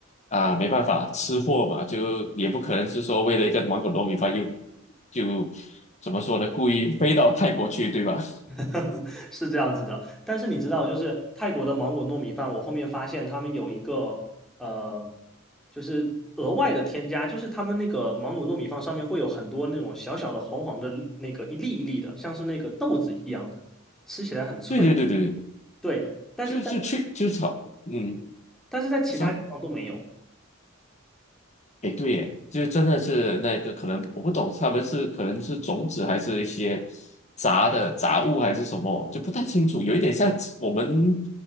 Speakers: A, on the left (about 35°); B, in the centre.
A: 啊，没办法，吃货嘛，就也不可能是说为了一个芒果糯米饭又就怎么说呢，故意飞到泰国去，对吧？<laughs>
B: <laughs> 是这样子的。但是你知道，就是泰国的芒果糯米饭，我后面发现他们有一个呃，就是额外的添加，就是他们那个芒果糯米饭上面会有很多那种小小的黄黄的那个一粒一粒的，像是那个豆子一样的，吃起来很脆。
A: 对对对对，
B: 对，但是在
A: 就是去就是好，嗯，
B: 但是在其他地方都没有。
A: 你说，哎，对耶，就真的是那个可能我不懂，他们是可能是种子还是一些杂的杂物还是什么，就不太清楚，有一点像我们